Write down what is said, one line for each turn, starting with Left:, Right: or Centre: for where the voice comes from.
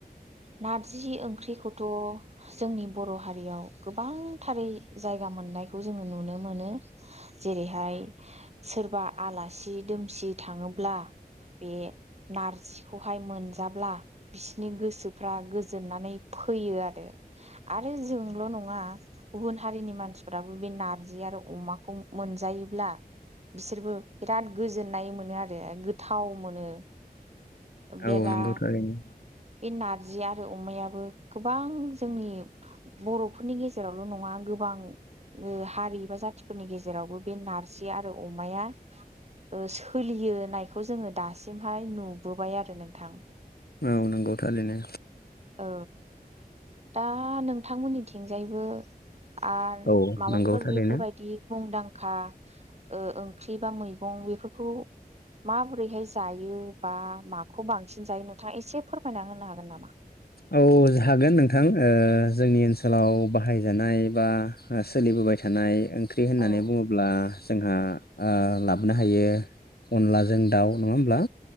Right: नारजि ओंख्रिखौथ' जोंनि बर' हारियाव गोबांथारै जायगा मोननायखौ जों नुनो जेरैहाय सोरबा आलासि दोमसि थाङोब्ला बे नारजिखौहाय मोनजाब्ला बिसिनि गोसोफ्रा गोजोननानै फैयो आरो आरो जोंल' नङा गुबुन हारिनि मानसिफ्राबो बे नारजि आरो अमाखौ मोनजायोब्ला बिसोरबो बिराद गोजोननाय मोनो आरो गोथाव मोनो।
Left: औ
Right: बेरा
Left: नोंंगौ थारैनो
Right: बे नारजि आरो अमायाबो गोबां जोंनि बर'फोरनि गेजेरावल' नङा गोबां गोबां हारि एबा जाथिफोरनि गेजेरावबो बे नारजि आरो अमाया ओ सोलियोनायखौ जोंङो दासिमहाय नुबोबाय आरो नोंथां।
Left: औ नोंगौ थारैनो
Right: औ दा नोंथांमोननिथिंजायबो आरो
Left: औ
Right: माबाफोर
Left: नंगौ थारैनो
Right: बेफोरबायदि मुदां खा ओ ओंख्रि बा मैगं बेफोरखौ माबोरैहाय जायो बा माखौ बांसिन जायो नोंथांङा एसे फोरमायना होनो हागोन नामा?
Left: औ हागोन नोंथां ओ जोंनि ओनसोलाव बाहायजानाय बा सोलि बोबाय थानाय ओंख्रि होननानै
Right: औ
Left: बुंङोब्ला जोंहा ओ लाबोनो हायो अनलाजों दाउ नङा होमब्ला?